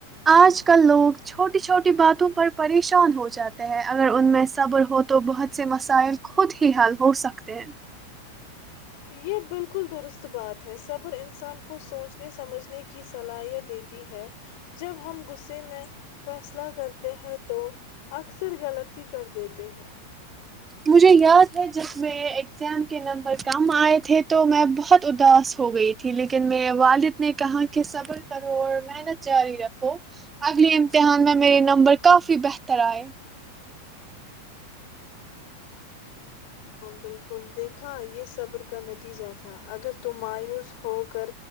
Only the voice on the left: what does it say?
یہ بالکل درست بات ہے صبر انسان کو سوچنے سمجھنے کی صلاحیت دیتی ہے جب ہم غصے میں فیصلہ کرتے ہیں تو اکثر غلطی کر دیتے ہیں
بالکل دیکھا یہ صبر کا نتیجہ تھا اگر ت مایوس ہو کر